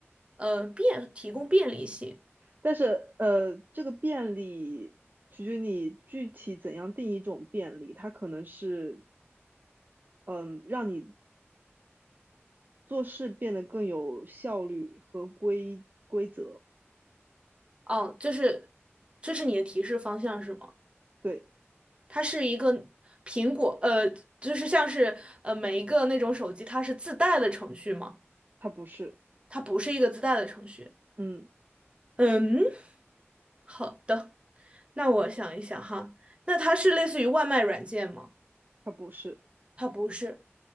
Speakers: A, on the right; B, on the right.
A: 呃，便提供便利性。
B: 但是呃，这个便利取决于你具体怎样定义一种便利，它可能是嗯让你做事变得更有效率和规规则，
A: 哦，就是这是你的提示方向是吗？
B: 对，
A: 它是一个苹果，呃，就是像是呃每一个那种手机，它是自带的程序吗？
B: 它不是，
A: 它不是一个自带的程序。
B: 嗯，
A: 嗯，好的，那我想一想哈，那它是类似于外卖软件吗？
B: 它不是，
A: 它不是。